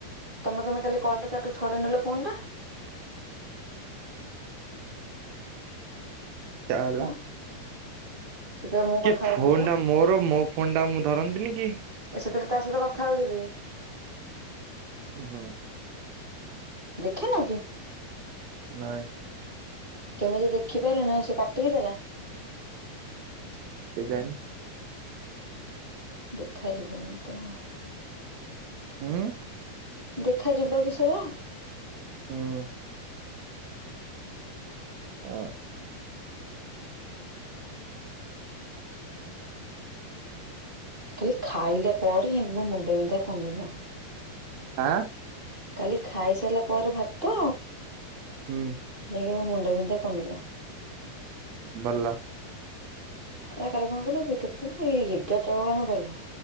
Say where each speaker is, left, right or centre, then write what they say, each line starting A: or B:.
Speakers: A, on the right (about 20°); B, on the right (about 85°).
A: ତମେ କଣ ପାଇଁ ଖାଲି କଲ ଟା ଠୁ ଛଡେଇ ନେଲ ଫୋନ ଟା।
B: ଯାହା ହେଲା।
A: ହାଁ ସେତେବେଳେ ମୁଁ
B: କି
A: କଥା
B: ଫୋନ୍
A: ହଉଥିଲି ପା
B: ଟା ମୋର ମୋ ଫୋନ୍ ଟା ମୁଁ ଧରନ୍ତିନି କି।
A: ସେତେବେଳେତା ସହିତ କଥା ହଉଥିଲି।
B: ଓ ହୋ।
A: ଦେଖିନ କି?
B: ନାଇଁ।
A: କେମିତି ଦେଖିପାରିଲନି। ନା ସେ କାଟିକି ଦେଲା।
B: କେଜାଣି?
A: ଦେଖାଯିବନି ତ।
B: ଉଁ
A: ଦେଖାଯିବ କି ସେ। ହୁଁ।
B: ହୁଁ ହଁ।
A: କାଲି ଖାଇଲା ପରେ ଯାଇକି ମୋ ମୁଣ୍ଡ ବିନ୍ଧା କମିଲା।
B: ଆଁ।
A: କାଲି ଖାଇସାରିଲା ପରେ ଭାତ,
B: ହୁଁ
A: ଯାଇକି ମୋ ମୁଣ୍ଡ ବିନ୍ଧ କମିଲା।
B: ଭଲ।
A: ଏ କାଲି କଣ କହିଲ <unintelligible> ଏଗାରଟା ବେଳ ଯାଏ ଗଲୁ।